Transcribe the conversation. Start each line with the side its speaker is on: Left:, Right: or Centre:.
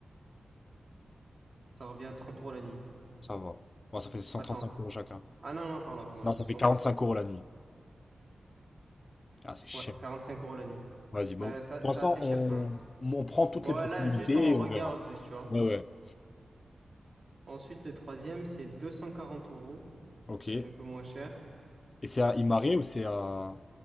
Right: ça revient à 30 euros la nuit.
Left: ça va. Bon, ça fait cent
Right: Attends.
Left: trente cinq euros chacun.
Right: Ah non, non, pardon, pardon,
Left: Non,
Right: je
Left: ça
Right: me suis
Left: fait
Right: trompé.
Left: 45 euros la nuit. Ah, c'est cher.
Right: Ouais, 45 euros la nuit.
Left: Vas-y, bon.
Right: Ça- ça-
Left: Pour
Right: C'est
Left: l'instant,
Right: assez cher
Left: on,
Right: quand même.
Left: on prend toutes
Right: Ouais,
Left: les possibilités
Right: là juste on regarde,
Left: et on verra.
Right: juste, tu vois.
Left: Ouais, ouais.
Right: Ensuite, le troisième, c'est 240 euros.
Left: Ok. Et
Right: C'est un peu moins cher.
Left: c'est à Imare ou c'est à...